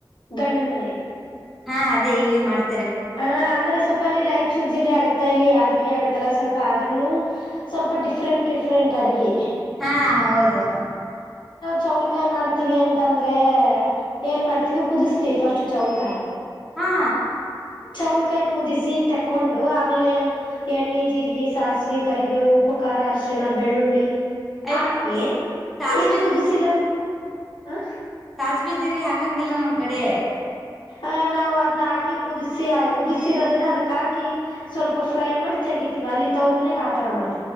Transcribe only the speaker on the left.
ಗಂಡನ್ ಮುನಿದು.
ಹ ಅಂದ್ರೆ ಸ್ವಲ್ಪ ಅಲ್ಲಿ ರಾಯಚೂರ್ ಜಿಲ್ಲೆ ಆಗತ್ತಾ ಇಲ್ಲಿ ಯದ್ ಗಿ ಗಿರಿ ಆಗುತ್ತಲ್ಲ ಸ್ವಲ್ಪ ಆದ್ರನು ಸ್ವಲ್ಪ ಡಿಫ್ರಂಟ್ ಡಿಫ್ರರೆಂಟ್ ಅಡ್ಗೆ.
ಚೌಳಿಕಾಯ್ ಮಾಡ್ತೀವಿ ಅಂತಂದ್ರೆ ಏನ್ ಮಾಡ್ತೀವಿ ಕುದಿಸ್ತೀವಿ ಫಸ್ಟ್ ಚೌಳಿಕಾಯ್.
ಚೌಳಿಕಾಯಿ ಕುದಿಸಿ ತೆಕ್ಕೊಂಡು ಆಮೇಲೆ ಎಣ್ಣೆ ಜೀರ್ಗಿ ಸಾಸ್ವಿ ಕರಿಬೇವು ಉಪ್ಪು ಕ ರ ಅರ್ಶಿಣ ಬೆಳ್ಳುಳ್ಳಿ
ಹಾಕಿ
ಇದು ಕುದಿಸಿರದು. ಹ
ಆ ನಾವು ಅದನ್ನ ಹಾಕಿ ಕುದಿಸಿ ಕುದಿಸಿರೋದನ್ನ ಅದಕ್ ಹಾ ಕಿ ಸ್ವಲ್ಪ ಫ್ರೈ ಮಾಡಿ ತೆಗತಿವಿ ಅಲ್ಲಿ ತವ್ರ ಮನೆಯಾಗ ಆತರ ಮಾಡ್